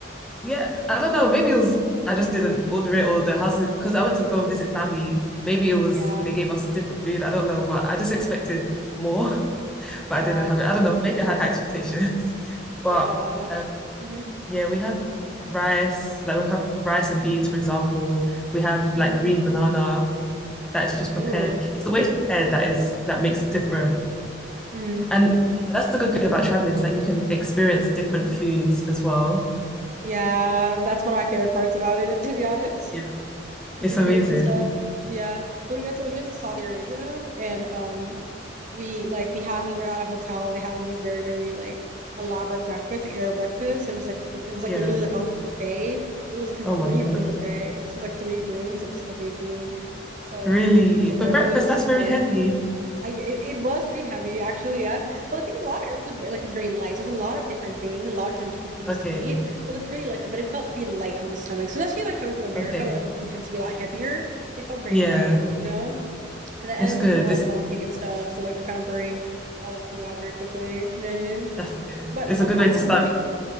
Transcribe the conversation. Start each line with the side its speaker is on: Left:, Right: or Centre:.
Centre: yeah, I don't know. Maybe it was I just didn't order it or the house because I went to go and visit family. Maybe it was
Right: Yeah.
Centre: they gave us different food. I don't know, but I just expected more, <laughs>
Right: Yeah.
Centre: but I didn't have it. I don't know. Maybe I had high expectations. <laughs> But
Right: Yeah.
Centre: um
Right: Mm-hmm.
Centre: yeah, we have rice, like we have rice and beans, for example. We have
Right: Mm-hmm.
Centre: like green banana that is just prepared.
Right: Ooh.
Centre: It's the way it's prepared that is that makes it different.
Right: Mm.
Centre: And that's the good thing about traveling, is like you can experience different foods as well.
Right: Yeah. That's one of my favorite parts about it, to be honest.
Centre: Yeah.
Right: different
Centre: It's amazing.
Right: foods and stuff. Yeah. When we went to when we went to Saudi Arabia and um we like we had we were at a hotel and they had like these very, very like elaborate breakfast, like Arab breakfast. It was like li- it was
Centre: Yeah.
Right: like literally like a buffet. It was like a
Centre: Oh
Right: three
Centre: my gosh.
Right: room buffet. So it was like three rooms of just buffet food. So
Centre: Really?
Right: it was like different types of
Centre: For
Right: Arab
Centre: breakfast,
Right: food. It was
Centre: that's
Right: so
Centre: very heavy.
Right: I it, it was pretty heavy actually, yes. But the thing is a lot of Arab food is very, like it's very light. So it's a lot of different things, a lot of different like, things
Centre: Okay.
Right: to eat, but like pretty like but it felt pretty light on the stomach. So especially like coming from America
Centre: Okay.
Right: where like, food tends to be a lot heavier, it felt very
Centre: Yeah.
Right: light, you know. And then,
Centre: It's
Right: and then
Centre: good.
Right: we were doing a lot
Centre: It's
Right: of walking and stuff, so like we're kind of burning all that food off very quickly. You know what I mean?
Centre: that's good.
Right: But
Centre: It's
Right: um,
Centre: a good
Right: how
Centre: way to
Right: so
Centre: start
Right: were you?